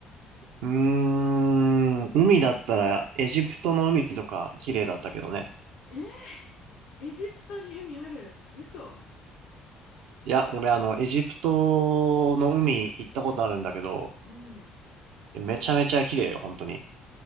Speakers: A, on the right (about 75°); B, on the left (about 75°).
A: うーん。海だったら、エジプトの海とか綺麗だったけどね。
B: えーエジプトに海ある嘘
A: いや、俺あの、エジプトの海行ったことあるんだけど、
B: うん。
A: めちゃめちゃ綺麗よ、本当に。